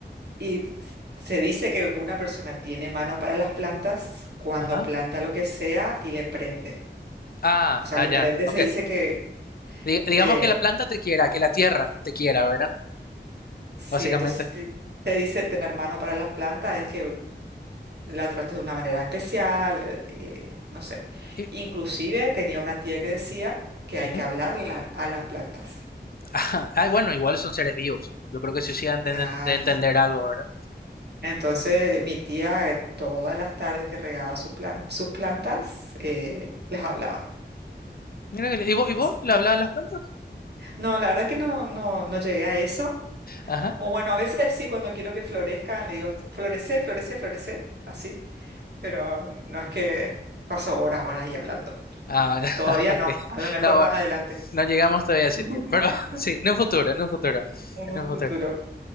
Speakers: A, on the right; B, on the left.
A: Y t- se dice que una persona tiene mano para las plantas cuando
B: Ajá.
A: planta lo que sea y le prende.
B: Ah,
A: O sea,
B: ah,
A: le prende,
B: ya, ok.
A: se dice que
B: Di- digamos
A: eh,
B: que la planta te quiera, que la tierra te quiera, ¿verdad?
A: sí,
B: Básicamente.
A: entonces si se dice tener mano para las plantas, es que la trates de una manera especial, eh, eh, no sé.
B: Y,
A: Inclusive tenía una tía que decía que hay
B: ujú.
A: que hablarle a a las plantas.
B: <laughs> Ajá. Ah, bueno, igual son seres vivos. Yo creo que sí sí han de,
A: Claro.
B: de entender algo, ¿verdad?
A: Entonces, mi tía, eh, todas las tardes que regaba su plan- sus plantas, eh, les hablaba.
B: Mira que, li- ¿y vos, y vos
A: Así.
B: le hablabas a las plantas?
A: No, la verdad que no, no, no llegué a eso.
B: Ajá.
A: O bueno, a veces sí, cuando quiero que florezcan, le digo, florece, florece, florece, así. Pero no es que paso horas, horas y hablando.
B: Ah, <laughs>
A: Todavía
B: ok.
A: no, a lo mejor
B: No, bueno,
A: más adelante.
B: no llegamos todavía a ese
A: <laughs>
B: nivel, pero <laughs> sí, en un futuro, en un futuro,
A: un,
B: en
A: un
B: un
A: futuro.
B: futuro.